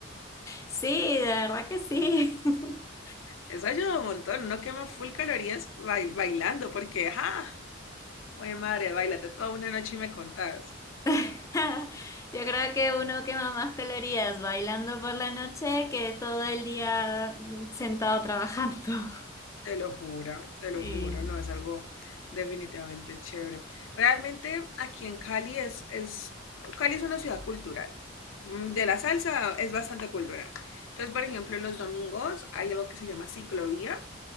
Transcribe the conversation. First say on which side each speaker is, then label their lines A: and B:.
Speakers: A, on the left (about 15°); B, on the left (about 85°).
A: Sí, de verdad que sí. <laughs>
B: Eso ayuda un montón, uno quema full calorías bail- bailando porque, ajá, güey madre, bailate toda una noche y me contás.
A: <laughs> Yo creo que uno quema más calorías bailando por la noche que todo el día mm, sentado trabajando. <laughs>
B: Te lo juro, te lo
A: Sí.
B: juro, no es algo definitivamente chévere. Realmente aquí en Cali es, es, Cali es una ciudad cultural. Mm, De la salsa es bastante cultural. Entonces, por ejemplo, los domingos hay algo que se llama ciclovía